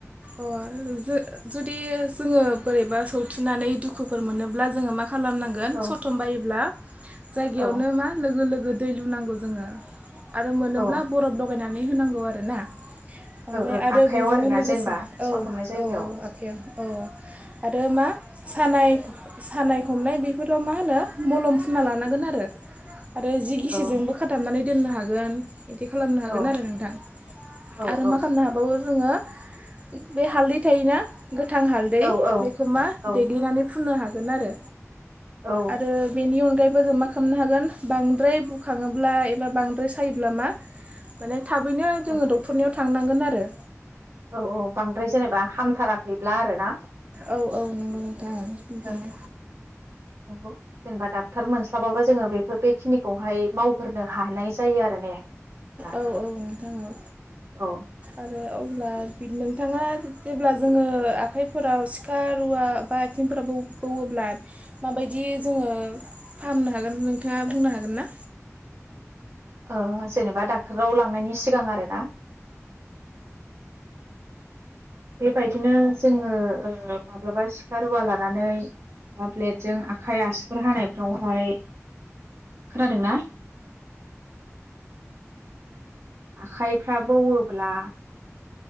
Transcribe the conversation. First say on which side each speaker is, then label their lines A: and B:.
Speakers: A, on the right; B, on the right.
A: अ जो जुदि जोङो बोरैबा सौथुननानै दुखुफोर मोनोब्ला जोङो मा खालामनांगोन
B: औ
A: सथम बायोब्ला जायगायावनो
B: औ
A: मा लोगो दै लुनांगौ जोङो आरो मोनोब्ला
B: औ
A: बरफ लगायना नानै होनांगौ आरोना। ओमफ्राय
B: ओ ओ
A: आरो
B: आखाइयाव
A: बेजोंनो
B: आरोना
A: लोगोसे
B: जेनेबा
A: औ
B: सनथाबनाय जायगायाव
A: औ औ आखाइया औ आरो मा सानाय सानाय हमनाय बेफोराव मा होनो मलम फुना लानांगोन आरो। आरो जि गिसिजोंबो
B: ओं
A: खाथाबनानै दोननो हागोन बिदि खालामनो हागोन
B: ओं
A: आरो नोंथां।
B: औ
A: आरो
B: औ
A: मा खामनो हाबावो जोङो उ बे हालदै थायोना गोथां हालदै
B: औ
A: बेखौ मा
B: औ
A: देग्लिनानै फुननो हाग होगोन आरो।
B: औ
A: आरो बेनि अनगायै मा खालामनो हागोन बांद्राय बुखाङोब्ला एबा बांद्राय सायोब्ला मा माने थाबैनो
B: औ
A: जोङो ड थांनांगोन आरो
B: औ औ बांद्राय जेनेबा हामथाराखैब्ला आरोना
A: औ औ नंगौ नोंथां औ बिदिनो
B: ओ ओ नौ जेनेबा डाक्टर मोनस्लाबाबा जोङो बेफोर बेखिनिखौहाय मावग्रोनो हानाय जायो आरो ने। होनबा
A: औ औ नोंथां औ
B: औ
A: आरो औ अब्ला नोंथाङा जेब्ला जोङो आखाइफोराव सिखा रुवा बा आथिंफोराव बौवोब्ला माबायदि जोङो फाहामनो हा हागोन नोंथाङा बुंनो हागोन ना?
B: ओ जेनेबा डाक्टराव लांनायनि सिगां आरो ना बेबायदिनो जोङो माब्लाबा सिखा रुवा लानानै बा ब्लेडजों आखाइ आसिुगुर हानायफ्रावहाय खोनादोंनाा आखाइफ्रा बौयोब्ला